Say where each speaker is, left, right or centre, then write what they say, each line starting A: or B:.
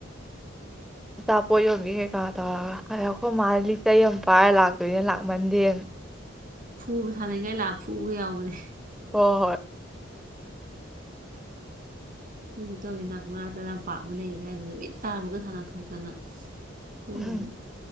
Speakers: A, in the centre; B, on the right.
A: ꯑꯆꯥꯄꯣꯠ ꯌꯣꯝꯕꯤ ꯀꯩꯀꯥ ꯇꯧꯔꯒ ꯑꯩꯈꯣꯏ ꯃꯥ ꯂꯤꯆꯩ ꯑꯃ ꯄꯥꯏꯔ ꯂꯥꯛꯇꯣꯏꯅꯦ ꯂꯥꯛꯃꯟꯗꯦꯅ
B: ꯐꯨꯕ ꯁꯥꯟꯅꯅꯤꯡꯉꯥꯏ ꯂꯥꯛ ꯐꯨꯒ ꯌꯥꯎꯕꯅꯦ
A: ꯍꯣ ꯍꯣꯏ
B: ꯑꯩꯈꯣꯏꯖꯨ ꯇꯧꯋꯤ ꯅꯥꯛ ꯃꯅꯥꯛ ꯇ ꯂꯝꯄꯥꯛ ꯑꯃ ꯂꯩ ꯀꯥꯏꯅ ꯅꯨꯃꯤꯠ ꯇꯥꯕꯒ ꯁꯥꯟꯅ ꯊꯣꯛꯇꯅ ꯍꯣꯔꯤꯅꯤ
A: ꯑꯍꯝ